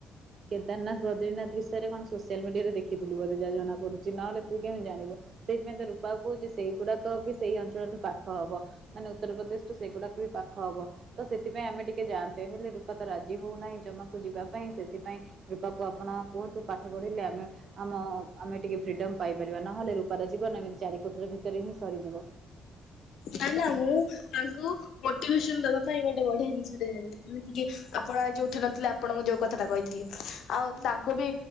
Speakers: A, on the right; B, on the left.
A: କେଦାରନାଥ ବଦ୍ରିନାଥ ବିଷୟରେ କଣ ସୋସିଆଲ ମିଡିଆରେ ଦେଖିଥିଲୁ ବୋଧେ ଯା ଜଣାପଡୁଛି। ନହେଲେ ତୁ କେମିତି ଜାଣିବୁ? ସେଇଥିପାଇଁ ତ ରୂପା କହୁଛି ସେଇଗୁଡାକ ବି ସେଇ ଅଞ୍ଚଳଠୁ ପାଖ ହବ। ମାନେ ଉତ୍ତରପ୍ରଦେଶ ଠୁ ସେଗୁଡାକ ବି ପାଖ ହବ। ତ ସେଥିପାଇଁ ଆମେ ଟିକେ ଯାଆନ୍ତେ। ହେଲେ ରୂପା ତ ରାଜି ହଉ ନାହିଁ ଜମାକୁ ଯିବା ପାଇଁ। ସେଥିପାଇଁ ରୁପା କୁ ଆପଣ କୁହନ୍ତୁ ପାଠ ପଢିଲେ ଆମେ ଆମ ଆମେ ଟିକେ ଫ୍ରିଡମ ପାଇପାରିବା। ନହେଲେ ରୂପାର ଜୀବନ ଏମିତି ଚାରି କୋଠରୀ ଭିତରେ ହିଁ ସରିଯିବ।
B: ନାାଇ ନା ମୁଁ ତାଙ୍କୁ ମୋଟିଭେସନ ଦବା ପାଇଁ ଗୋଟେ ବଢିଆ ଜିନିଷ ଟ ଜାଣିବି ଯେମିତି କିି ଆପଣ ଆ ଯଉ ଉଠି ନଥିଲେ ଆପଣଙ୍କୁ ଯୋଉ କଥାଟା କହିଥିଲି। ଆଉ ତାଙ୍କୁ ବି